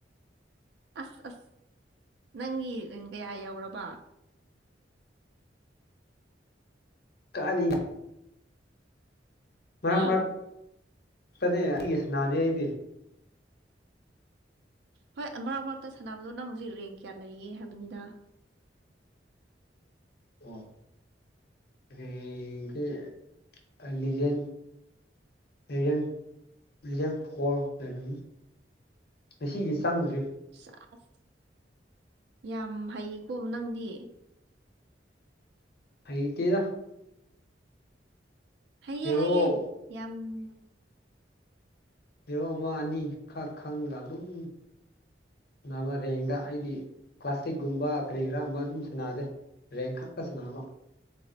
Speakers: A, on the right; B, on the left.
A: ꯑꯁ ꯑꯁ ꯅꯪꯒꯤ ꯔꯦꯡ ꯀꯌꯥ ꯌꯧꯔꯕ
B: ꯀꯥꯔꯤ ꯃꯔꯛ
A: ꯎꯝ
B: ꯃꯔꯛ ꯇꯥꯅꯦ ꯑꯩꯗꯤ ꯁꯟꯅꯗꯦ ꯑꯩꯗꯤ
A: ꯍꯣꯏ ꯃꯔꯛ ꯃꯔꯛꯇ ꯁꯥꯟꯅꯕꯗꯣ ꯅꯪ ꯍꯧꯖꯤꯛ ꯔꯦꯡ ꯀꯌꯥ ꯂꯩꯌꯦ ꯍꯥꯏꯕꯅꯤꯗ
B: ꯑꯣ ꯔꯦꯡꯁꯦ ꯑꯩ ꯂꯤꯖꯦꯟ ꯂꯤꯖꯦꯟ ꯂꯤꯖꯦꯟ ꯐꯣꯔ ꯂꯩꯔꯝꯅꯤ ꯉꯁꯤꯒꯤ ꯆꯪꯗ꯭ꯔꯤ
A: ꯆꯁ ꯌꯥꯝ ꯍꯩꯀꯣ ꯅꯪꯗꯤ
B: ꯍꯩꯇꯦꯗ
A: ꯍꯩꯏ
B: ꯍꯦꯔꯣ
A: ꯍꯩꯏ ꯌꯥꯝꯅ
B: ꯍꯦꯔꯣ ꯑꯃ ꯑꯅꯤ ꯈꯛ ꯈꯪꯂ ꯑꯗꯨꯝ ꯅꯥꯕ ꯔꯦꯡꯗ ꯑꯩꯗꯤ ꯀ꯭ꯂꯥꯁꯇꯤꯛꯒꯨꯝꯕ ꯀꯔꯤꯔ ꯑꯃꯗꯨꯝ ꯁꯥꯟꯅꯗꯦ ꯔꯦꯡ ꯈꯛꯇ ꯁꯥꯟꯅꯕ